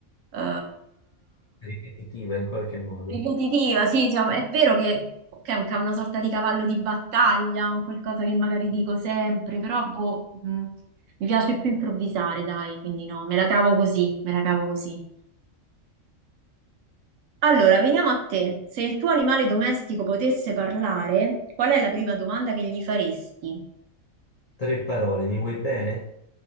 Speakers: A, on the right; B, on the left.
A: eh,
B: Ripetitiva in qualche modo.
A: ripetitiva. Sì, insomma, è vero che ok, un ca- una sorta di cavallo di battaglia, un qualcosa che magari dico sempre, però boh, mm, mi piace più improvvisare, dai, quindi no, me la cavo così, me la cavo così. Allora, veniamo a te. Se il tuo animale domestico potesse parlare, qual è la prima domanda che gli faresti?
B: Tre parole, mi vuoi bene?